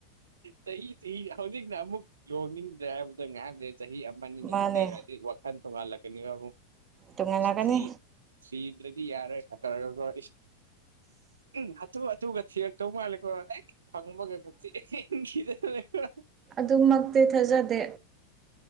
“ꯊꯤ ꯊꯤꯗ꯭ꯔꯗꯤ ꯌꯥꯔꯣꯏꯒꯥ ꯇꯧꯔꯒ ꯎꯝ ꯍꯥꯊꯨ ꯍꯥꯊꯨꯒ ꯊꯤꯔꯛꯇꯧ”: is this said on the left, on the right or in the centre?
Right